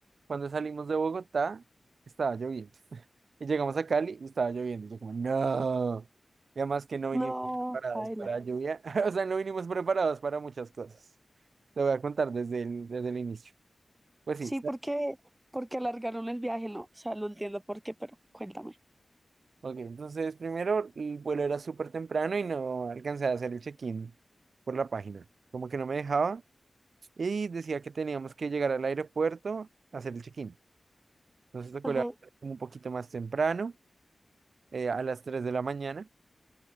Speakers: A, on the right; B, on the right.
A: cuando salimos de Bogotá, estaba lloviendo. <laughs> Y llegamos a Cali y estaba lloviendo. Y Yo como, no. Y además que no
B: No,
A: vinimos preparados
B: baila.
A: para la lluvia. <laughs> O sea, no vinimos preparados para muchas cosas. Te voy a contar desde el, desde el inicio. Pues sí.
B: Sí, porque, porque alargaron el viaje, no, o sea, no entiendo por qué, pero cuéntame.
A: Ok, entonces primero el vuelo era súper temprano y no alcancé a hacer el check-in por la página. Como que no me dejaba y decía que teníamos que llegar al aeropuerto a hacer el check-in. Entonces tocó
B: Ajá.
A: levantarme como un poquito más temprano, eh, a las 3 de la mañana